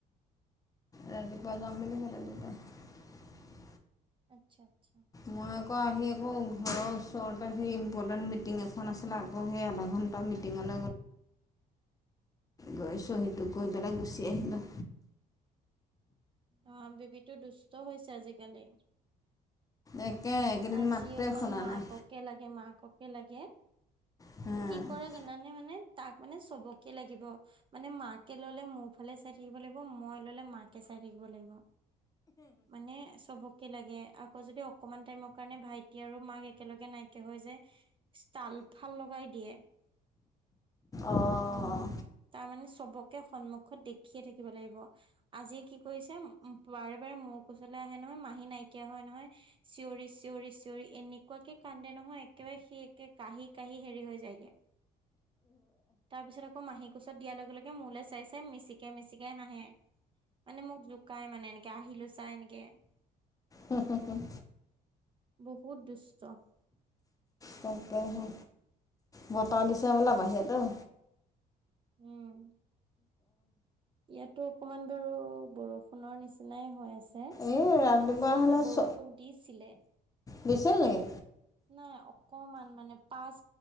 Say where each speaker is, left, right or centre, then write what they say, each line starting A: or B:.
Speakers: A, on the left; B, on the right.
A: ৰাতিপুৱা যাম বুলি ক'লে দেউতাই।
B: আচ্ছা আচ্ছা।
A: মই আকৌ আহি আকৌ ঘৰৰ ওচৰতে সেই ইম্পৰ্টেণ্ট মিটিং এখন আছিলে আকৌ সেই আধা ঘণ্টা মিটিঙত
B: উম
A: গৈছোঁ সেইটো কৰি পেলাই গুচি আহিলোঁ।
B: অ' বেবীটো দুষ্ট হৈছে আজিকালি।
A: একে এইকেইদিন
B: আজি
A: মাতটোৱে
B: অকল
A: শুনা
B: মাককে
A: নাই
B: লাগে, মাককে লাগে।
A: হা
B: কি কৰে জানানে মানে তাক মানে চবকে লাগিব, মানে মাকে ললে মোৰ ফালে চাই থাকিব লাগিব, মই ললে মাকে চাই থাকিব লাগিব। মানে চবকে লাগে আকৌ যদি অকমান টাইমক কাৰণে ভাইটি আৰু মাক একেলগে নাইকিয়া হৈ যে, তাল ফাল লগাই দিয়ে।
A: অঁ
B: উম, তাৰমানানে চবকে সন্মুখত দেখিয়ে থাকিব লাগিব। আজি কি কৰিছে উ, বাৰে বাৰে মোৰ কোচলে আহে নহয়, মাহী নাইকিয়া হয় নহয় চিঞৰি চিঞৰি চিঞৰি এনেকুৱাকে কান্দে নহয় একেবাৰে সি একে কাঁহি কাহি হেৰি হৈ যায়গে। তাৰপিছত আক আকৌ মাহী কোছত দিয়াৰ লগে লগে মোলৈ চাই চাই মিচিকাই, মিচিকাই হাঁহে। মানে মোক জোকাই মানে এনেকে আহিলোঁ চাই এনেকে।
A: উম, হুম, হুম।
B: বহুত দুষ্ট।
A: তাকেহে বতাহ দিছে বলা বাহিৰলৈ।
B: উম। ইয়াতো অকমান বাৰু বৰষুণৰ নিচিনাই হৈ আছে। ছত
A: এই ৰাতিপুৱা
B: আজি অলপ
A: হ'লে
B: বৰষুণ
A: চ
B: দিছিলে।
A: দিছিল নকি?
B: নাই অকমান মানে পাঁচ